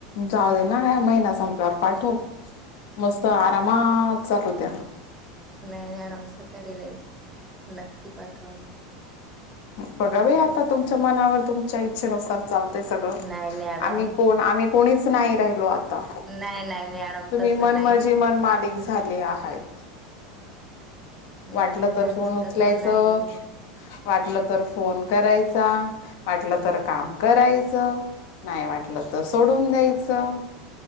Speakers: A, on the left; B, on the right.
A: जाऊ दे ना काय महिना संपल्यावर पाठव मस्त क्रमाात चालू होत्या
B: नाही मॅडम सकाळी नाहीच नक्की पाठवणे
A: बघावे आता तुमच्या मनावर तुमच्या इच्छेनुसारल चालतय सगळं
B: नाही मॅडम
A: आम्ही कोण आम कोणीच नाही राहिलो आता तुम्ही
B: नाही नाही मॅडम तसं
A: मनमजी
B: नाही
A: मन मालिक झाले आहेत वाटलं
B: नाही मॅडम
A: तर फोन उचलायचं
B: तसं नाही
A: वाटलं तर फोन करायचा वाटलं तर काम करायचं नाही वाटलं तर सोडून द्यायचं